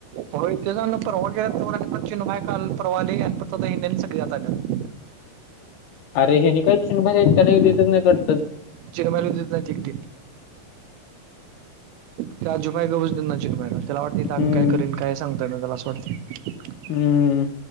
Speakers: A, on the right; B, on the left.
A: होय <unintelligible> परवा गेल्यात तवर आणि सचिनभाई काल‌ परवा आले आणि फक्त हेनी आज सगळी आल्यात.
B: अरे हेनी कायच बाहेर एकट्यांना येऊ देतच नाही वाटतं.
A: चिनमय <unintelligible> नाही चिकती. ते आजूभाई गप <unintelligible> त्याला वाटतंय
B: हम्म
A: आम्ही काय करेन काय सांगता यीना त्याला असं वाटतंय.
B: हम्म.